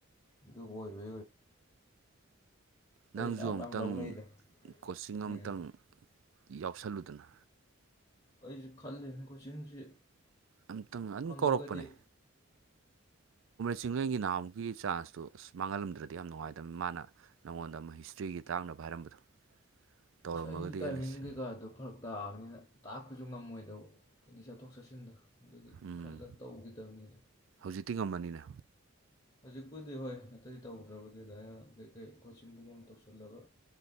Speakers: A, on the left (about 25°); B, on the right (about 65°).
A: ꯑꯗꯨ ꯀꯣꯏꯕ
B: ꯅꯪꯁꯨ
A: ꯃꯌꯥꯝ
B: ꯑꯃꯨꯛꯇꯪ
A: ꯃꯌꯥꯝ ꯂꯧꯅꯩꯗ
B: ꯀꯣꯆꯤꯡ ꯑꯃꯇꯪ
A: ꯎꯝ
B: ꯌꯥꯎꯁꯜꯂꯨꯗꯅ
A: ꯑꯩꯁꯨ ꯈꯜꯂꯤꯅꯤ ꯀꯣꯆꯤꯡꯁꯤ
B: ꯑꯝꯇꯪ ꯑꯗꯨꯝ
A: ꯐꯪꯉꯒꯗꯤ
B: ꯀꯧꯔꯛꯄꯅꯦ ꯆꯤꯡꯂꯦꯟꯒꯤ ꯅꯍꯥꯃꯨꯛ ꯆꯥꯟꯁꯇꯣ ꯑꯁ ꯃꯤꯡꯍꯂꯝꯗ꯭ꯔꯗꯤ ꯌꯥꯝ ꯅꯨꯡꯉꯥꯏꯒꯗꯕꯅꯤ ꯃꯥꯅ ꯅꯪꯉꯣꯟꯗ ꯑꯃ ꯍꯤꯁꯇ꯭ꯔꯤꯒꯤ ꯇꯥꯡꯅꯕ ꯍꯥꯏꯔꯝꯕꯗꯣ ꯇꯧꯔꯝꯃꯒꯗꯤ
A: ꯑꯁ ꯑꯩꯁꯨ ꯇꯥꯏꯃꯤꯡ
B: ꯑꯦꯠꯂꯤꯁ
A: ꯀꯩꯀꯥꯗꯣ ꯐꯔꯛ ꯇꯥꯕꯅꯤꯅ ꯇꯥꯛꯄꯁꯨ ꯉꯝꯃꯣꯏꯗꯧꯕ ꯑꯗꯨꯗꯩ ꯆꯠꯊꯣꯛ ꯆꯠꯁꯤꯟꯗꯣ ꯑꯗꯨꯒꯤ
B: ꯎꯝ
A: ꯈꯜꯂ ꯇꯧꯈꯤꯗꯕꯅꯤꯗ
B: ꯍꯧꯖꯤꯛꯇꯤ ꯉꯝꯃꯅꯤꯅ
A: ꯍꯧꯖꯤꯛꯄꯨꯗꯤ ꯍꯣꯏ ꯑꯇꯩ ꯇꯧꯗ꯭ꯔꯕꯗꯤ ꯑꯗꯨꯃꯥꯏꯅ ꯀꯔꯤꯀꯩ ꯀꯣꯆꯤꯡꯒꯨꯝꯕ ꯑꯃ ꯇꯧꯁꯤꯜꯂꯒ